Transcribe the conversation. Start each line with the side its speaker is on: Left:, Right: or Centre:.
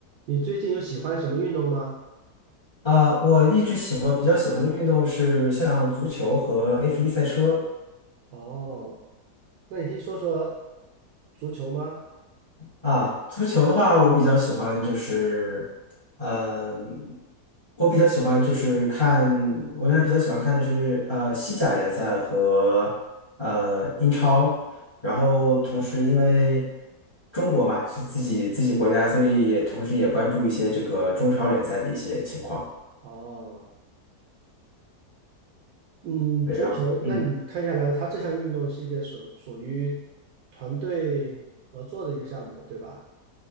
Right: 你最近有喜欢什么运动吗？
Left: 啊，我一直喜欢比较喜欢的运动是像足球和 F1 赛车
Right: 哦，那你可以说说足球吗？
Left: 啊。足球的话，我比较喜欢就是，嗯、我比较喜欢就是看，我原来比较喜欢看的是呃西甲联赛和呃英超，然后同时因为
Right: 嗯，
Left: 中国嘛是自己自己国家，所以也同时也关注一些这个中超联赛的一些情况。
Right: 哦，嗯，
Left: 对，
Right: 足球，
Left: 然后嗯。
Right: 那你看下来，它这项运动是一个属属于团队合作的一个项目，对吧？